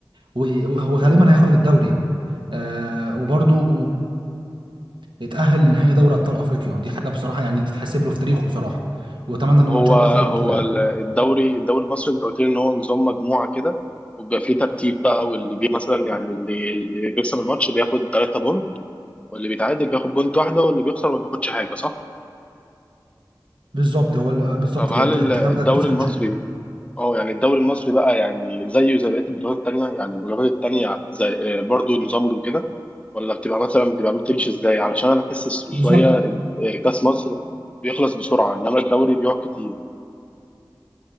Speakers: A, on the right; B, on the left.
A: و- وهو
B: مم.
A: غالبا هياخد الدوري يعني وبرده يتأهل لنهائي دوري أبطال أفريقيا دي حاجة بصراحة يعني تتحسب له في تاريخه بصراحة وأتمنى
B: طب
A: إن هو
B: هو
A: إن شاء الله ياخد البطولة
B: هو
A: يعني
B: ال- الدوري الدوري المصري انت قلت لي ان هو نظام مجموعه كده وبيبقى فيه ترتيب بقى واللي بي مثلا يعني اللي, اللي بيكسب الماتش بياخد 3 بونت واللي بيتعادل بياخد بونت واحده واللي بيخسر ما بياخدش حاجه صح؟
A: بالظبط هو ال- بالظبط
B: طب هل
A: كده أنت
B: ال-
A: أنت
B: الدوري
A: كده بدأت تفهم
B: المصري
A: شوية
B: اه يعني الدوري المصري بقى يعني زيه زي بقيه البطولات التانيه يعني البطولات التانيه زي آه، برضو نظام له كده ولا بتبقى مثلا بتبقى بتمشي ازاي؟ علشان انا بحس
A: بالظبط
B: شويه آه، كاس مصر بيخلص بسرعه انما الدوري بيقعد كتير